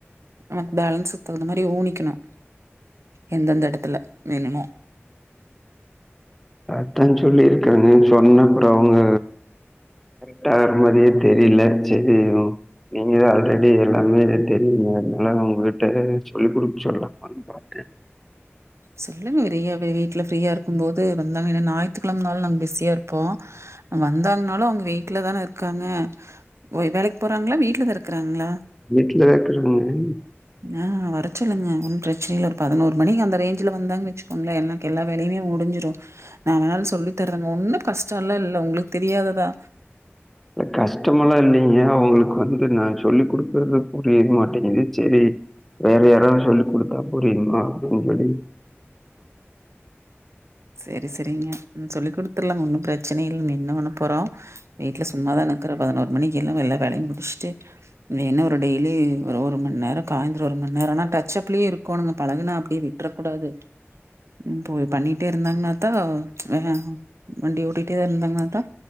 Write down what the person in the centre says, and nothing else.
த்தான் சொல்லி இருக்காங்க சொன்ன அப்புறம் அவுங்க கரெக்ட் ஆன மாரியே தெரியல செரி நீங்க ஆல்ரெடி எல்லாமே தெரியும்ல அதனால உங்ககிட்ட சொல்லி குடுக்க சொல்லலாமா அதா பாத்தே
வீட்லதா இருக்காங்க <unintelligible>
கஷ்டமெல்லா இல்லைங்க அவுங்களுக்கு வந்து நா சொல்லி குடுக்குறது புரிய மாட்டேங்குது செரி வேற யாராவது சொல்லிக் குடுத்தா புரியுமா அப்படின்னு சொல்லி